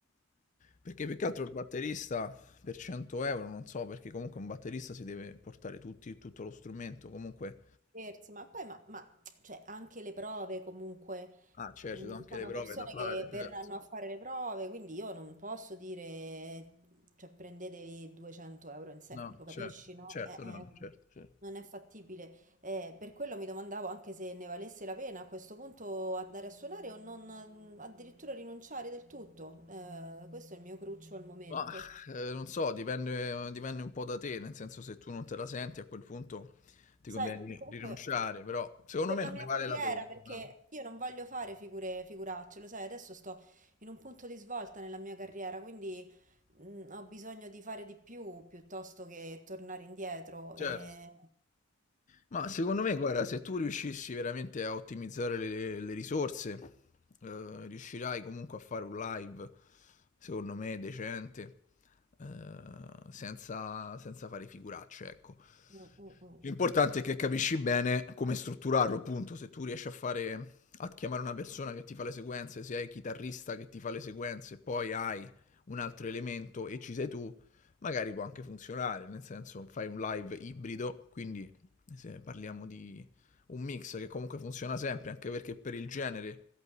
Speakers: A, on the left (about 40°); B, on the right (about 40°).
A: Perché più che altro il batterista per 100 euro, non so, perché comunque un batterista si deve portare tutti, tutto lo strumento, comunque...
B: Scherzi, ma poi ma, ma, cioè, anche le prove comunque,
A: Ah, certo,
B: mm,
A: ci sono anche
B: sono
A: le prove
B: persone
A: da fare,
B: che
A: certo.
B: verranno a fare le prove, quindi io non posso dire, cioè prendetevi 200 euro in sé,
A: No,
B: lo capisci,
A: certo,
B: no?
A: certo,
B: Eh, eh,
A: no, no, certo, certo.
B: non è fattibile. Eh, per quello mi domandavo anche se ne valesse la pena a questo punto andare a suonare o non mm, addirittura rinunciare del tutto. Eh, questo è il mio cruccio al momento.
A: Mah, ehm, non so, dipende dipende un po' da te, nel senso se tu non te la senti a quel punto ti
B: Sai,
A: conviene ri
B: comunque
A: rinunciare, però secondo
B: per
A: me
B: la
A: non
B: mia
A: ne vale
B: carriera,
A: la pena,
B: perché
A: dai.
B: io non voglio fare figure, figuracce, lo sai, adesso sto in un punto di svolta nella mia carriera, quindi mh, ho bisogno di fare di più piuttosto che tornare indietro. eh.
A: Certo. Ma secondo me, guarda, se tu riuscissi veramente a ottimizzare le, le risorse, eh, riuscirai comunque a fare un live, secondo me, decente, eh, senza, senza fare figuracce, ecco.
B: Mm, mm, mm.
A: L'importante è che capisci bene come strutturarlo, appunto, se tu riesci a fare, a chiamare una persona che ti fa le sequenze, se hai il chitarrista che ti fa le sequenze, poi hai un altro elemento e ci sei tu, magari può anche funzionare, nel senso fai un live ibrido, quindi se parliamo di un mix che comunque funziona sempre, anche perché per il genere,